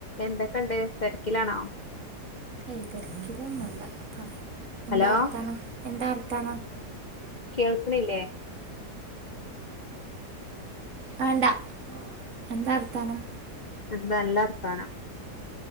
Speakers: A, on the left; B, on the right.
A: എന്തക്കണ്ട്? തെരക്കിലാണോ?
B: ഏയ് തേര്ക്കിലൊന്നല്ല. പറി എന്താ
A: ഹലോ
B: വർത്താനം. എന്താ വർത്താനം
A: കേൾക്കണില്ലേ
B: വേണ്ടാ.. എന്താ വർത്താനം
A: എന്താ.. ല്ലർത്താനം